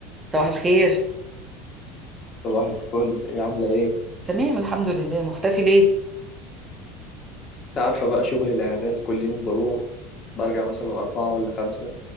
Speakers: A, on the right (about 20°); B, on the left (about 35°).
A: صباح الخير
B: صباح الفل ايه عاملة ايه؟
A: تمام الحمد لله مختفي ليه
B: انت عارفة بقى شغل الإعداد كل يوم بروح برجع مثلا أربعة ولا خمسة